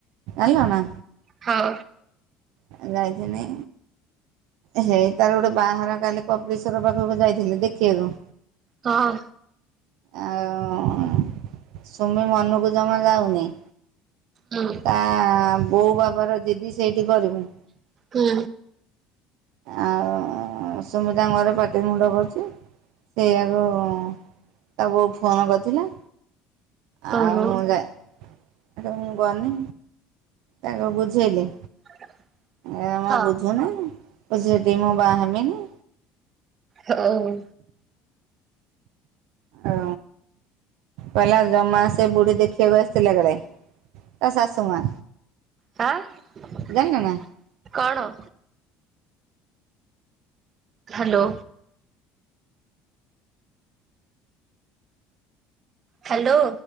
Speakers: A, on the right (about 70°); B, on the right (about 45°).
A: ଆଣିଲ ନା।
B: ହଁ।
A: ଏଁ ଯାଇଥିନି। ହେ ତାର ଗୋଟେ ବାହାଘର କାଲି କପିଳେଶ୍ୱର ପାଖକୁ ଯାଇଥିଲି ଦେଖିଆକୁ।
B: ହଁ।
A: ଆଉ ଉଁ ସୁମି ମନୁକୁ ଜମା ଯାଉନି।
B: ହୁଁ
A: ତା ବୋଉ ବାବାର ଜିଦି ସେଇଠି କରିମୁ।
B: ହୁଁ।
A: ଆଉ ସୁମିତାଙ୍କ ଘରେ ପାଟି ମୁୁଣ୍ଡ କରୁଛି। ସେଇଆକୁ ତା ବୋଉ ଫୋନ୍ କରିଥିଲା। ଆଉ
B: ଓହୋ
A: ମୁଁ ଯାଇ ମୁଁ ଗନି ତାକୁ ବୁଝେଇଲି।
B: <inaudible>
A: ଏ ଜମା
B: ହଁ
A: ବୁଝୁନାଇଁ କହୁଛି ସେଠି ମୁଁ ବାହା ହେବିନି।
B: ହୋଉ।
A: ଓ କହିଲା ଜମା ସେ ବୁଢୀ ଦେଖିବାକୁ ଆସିଥିଲା କାଡେ। ତା ଶାଶୁ ମା।
B: ହାଁ
A: ଜାଣିଲ ନା
B: କଣ? ହ୍ୟାଲୋ। ହ୍ୟାଲୋ।